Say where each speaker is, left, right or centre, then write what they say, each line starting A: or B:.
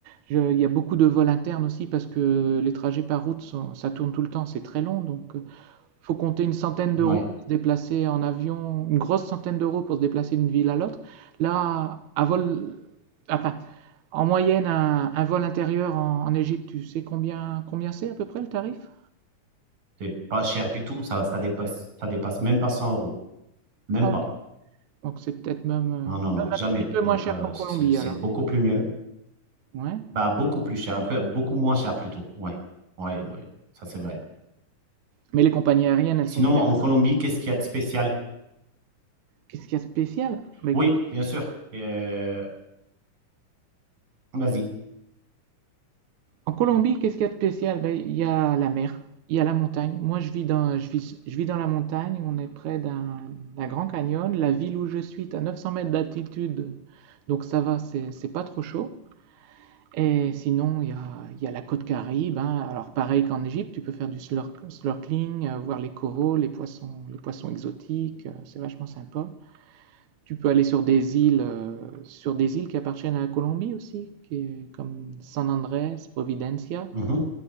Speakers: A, on the right (about 65°); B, on the right (about 90°).
A: je- il y a beaucoup de vols internes aussi parce que les trajets par route sont- ça tourne tout le temps, c'est très long, donc euh, faut compter une centaine
B: Ouais,
A: d'euros pour se déplacer en avion, une grosse centaine d'euros pour se déplacer d'une ville à l'autre. Là, à vol, enfin, en moyenne, un, un vol intérieur en, en Égypte, tu sais combien combien c'est à peu près le tarif?
B: c'est pas cher du tout. Ça, ça dépasse, ça dépasse même pas 100 euros. Même
A: Ah,
B: pas.
A: ok. Donc c'est peut-être même, euh,
B: Non, non, non,
A: même
B: jamais.
A: un petit peu
B: Donc,
A: moins cher
B: euh,
A: qu'en Colombie
B: c'est c'est
A: alors.
B: beaucoup plus mieux.
A: Ouais.
B: Bah, beaucoup plus cher, peu- beaucoup moins cher plutôt. Ouais, ouais, ouais. Ça, c'est vrai.
A: Mais les compagnies aériennes, elles
B: Sinon,
A: sont fiables.
B: en Colombie, qu'est-ce qu'il y a de spécial?
A: Qu'est-ce qu'il y a de spécial? Bah écoute,
B: Oui, bien sûr. Euh, vas-y.
A: En Colombie, qu'est-ce qu'il y a de spécial? Ben, il y a la mer, il y a la montagne. Moi, je vis dans, je vis, je vis dans la montagne, on est près d'un d'un grand canyon. La ville où je suis est à 900 mètres d'altitude, donc ça va, c'est c'est pas trop chaud. Et sinon, il y a, il y a la côte Caraïbe. hein. Alors, pareil qu'en Égypte, tu peux faire du snork- snorkeling, euh, voir les coraux, les poissons, les poissons exotiques, euh, c'est vachement sympa. Tu peux aller sur des îles, euh, sur des îles qui appartiennent à la Colombie aussi, qui est comme San Andrés, Providencia.
B: Mhm.